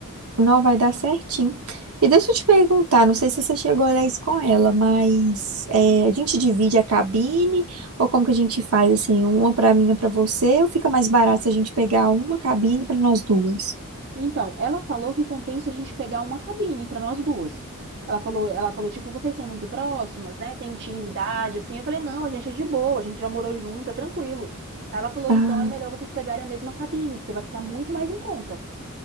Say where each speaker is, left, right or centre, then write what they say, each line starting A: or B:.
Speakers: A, on the right (about 80°); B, on the right (about 50°).
A: Não vai dar certinho. E deixa eu te perguntar, não sei se você chegou a olhar isso com ela, mas é, a gente divide a cabine ou como que a gente faz assim, uma pra mim, uma pra você, ou fica mais barato se a gente pegar uma cabine pra nós duas?
B: Então, ela falou que compensa a gente pegar uma cabine para nós duas. Ela falou, ela falou, tipo, vocês são muito próximas, né? Tem intimidade, assim. Eu falei, não, a gente é de boa, a gente já morou junto, é tranquilo. Aí Ela falou,
A: Ah.
B: então é melhor vocês pegarem a mesma cabine, porque vai ficar muito mais em conta.